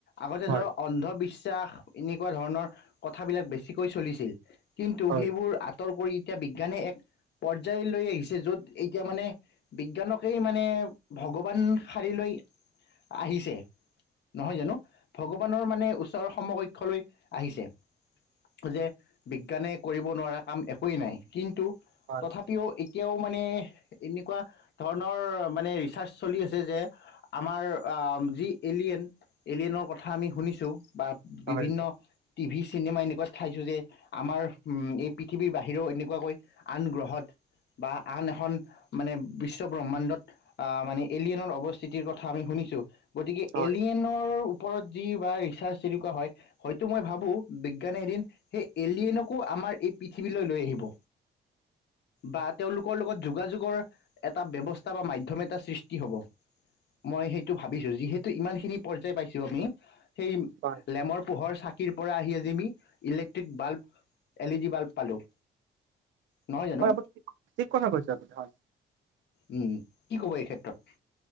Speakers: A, on the left; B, on the right.
A: আগতে
B: হয়
A: ধৰক অন্ধবিশ্বাস এনেকুৱা ধৰণৰ কথাবিলাক বেছিকৈ চলিছিল। কিন্তু,
B: হয়
A: সেইবোৰ আঁতৰ কৰি এতিয়া বিজ্ঞানে এক পৰ্যায় লৈ আহিছে য'ত এতিয়া মানে বিজ্ঞানকেই মানে ভগৱান সাশ লৈ আহিছে। নহয় জানোঁ। ভগৱানৰ মানে ওচৰৰ সমকক্ষলৈ আহিছে। যে বিজ্ঞানে কৰিব নোৱাৰা কাম একোৱেই নাই। কিন্তু
B: হয়
A: তথাপিও এতিয়াও মানে এনেকুৱা ধৰণৰ মানে ৰিচাৰ্চ চলি আছে যে আমাৰ আহ যি এলিয়েন, এলিয়েনৰ কথা আমি শুনিছোঁ বা বিভিন্ন
B: হয়
A: টিভি চিনেমা এনেকুৱা চাইছোঁ যে আমাৰ এই পৃথিৱীৰ বাহিৰেও এনেকুৱাকৈ। আন গ্ৰহত বা আন এখন মানে বিশ্ব ব্ৰহ্মাণ্ডত আহ মানে এলিয়েনৰ অৱস্থিতিৰ কথা আমি শুনিছো গতিকে
B: হয়
A: এলিয়েনৰ ওপৰত যি বা ৰিচাৰ্চ তেনেকুৱা হয়তো মই ভাবো বিজ্ঞানে এদিন সেই এলিয়নকো আম আমাৰ এই পৃথিৱীলৈ লৈ আহিব। বা তেওঁলোকৰ লগত যোগাযোগৰ এটা ব্যৱস্থা বা মাধ্যম এটা সৃষ্টি হ'ব মই সেইটো ভাবিছোঁ যিহেতু ইমান খিনি পৰ্যায় পাইছো আমি সেই
B: হয়
A: লেমৰ পোহৰ চাকি চাকিৰ পৰা আহি আজি মি electric bulb L E D bulb পালোঁ। নহয় জানো
B: হয় আপুনি‌ ঠিক কথা কৈছে আপুনি হয়।
A: উ কি ক'ব এই ক্ষেত্ৰত।